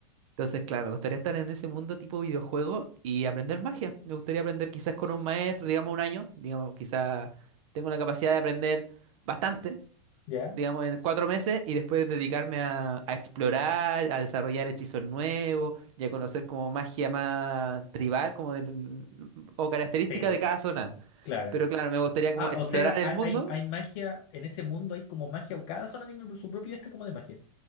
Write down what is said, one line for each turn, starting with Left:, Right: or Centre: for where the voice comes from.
Right: Entonces, claro, me gustaría estar en ese mundo tipo videojuego y aprender magia. Me gustaría aprender quizás con un maestro, digamos un año, digamos, quizás tengo la capacidad de aprender bastante
Left: ya,
Right: digamos, en cuatro meses y después dedicarme a, a explorar, a desarrollar hechizos nuevos y a conocer como magia más tribal, como del- o característica
Left: sí,
Right: de cada zona.
Left: claro.
Right: Pero claro, me gustaría como
Left: Ah,
Right: explorar
Left: o sea,
Right: el
Left: hay,
Right: mundo.
Left: hay, hay magia en ese mundo, hay como magia, cada zona tiene su propio este como de magia.